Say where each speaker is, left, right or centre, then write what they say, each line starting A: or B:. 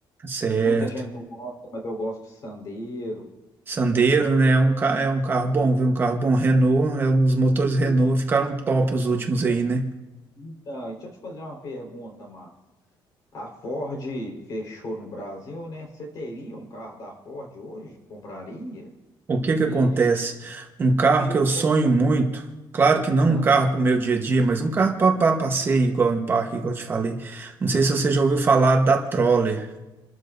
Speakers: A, on the right; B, on the left.
A: Certo.
B: Muita gente não gosta, mas eu gosto de Sandero,
A: Sandero,
B: entendeu?
A: né? É um, ca- é um carro
B: E,
A: bom, viu? Um carro bom. Renault,
B: e-
A: é, os motores Renault
B: e-
A: ficaram top os últimos
B: deixa-
A: aí, né?
B: então, e deixa eu te fazer uma pergunta, Márcio. A Ford fechou no Brasil, né? Você teria um carro da Ford hoje? Compraria?
A: O que
B: Porque,
A: que acontece? Um carro
B: vi
A: que eu sonho
B: que eu te-
A: muito, claro que não
B: ah,
A: um carro para o meu dia a dia, mas um carro para passeio, igual em parque, igual eu te falei. Não sei se você já ouviu falar da Troller.